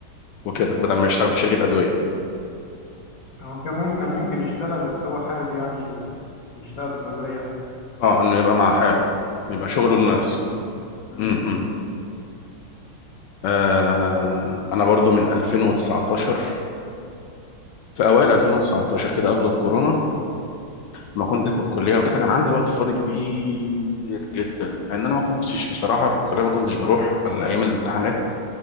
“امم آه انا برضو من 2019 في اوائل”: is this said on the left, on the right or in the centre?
Left